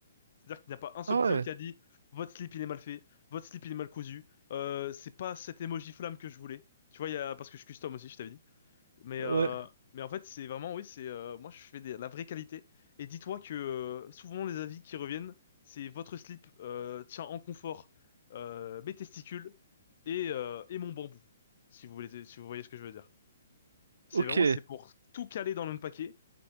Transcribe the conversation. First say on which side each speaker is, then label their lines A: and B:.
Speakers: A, on the left (about 50°); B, on the right (about 85°).
A: C'est-à-dire qu'il n'y a pas un seul
B: Ah
A: client
B: ouais,
A: qui a dit votre slip il est mal fait, votre slip il est mal cousu, euh, c'est pas cet emoji flamme que je voulais. Tu vois, il y a, parce que je custom aussi, je t'avais dit. Mais,
B: ouais,
A: euh, mais en fait, c'est vraiment, oui, c'est euh, moi je fais des, la vraie qualité. Et dis-toi que euh, souvent les avis qui reviennent, c'est votre slip euh, tient en confort euh, mes testicules et, euh, et mon bambou, si vous voulez, si vous voyez ce que je veux dire. C'est
B: ok.
A: vraiment, c'est pour tout caler dans le même paquet.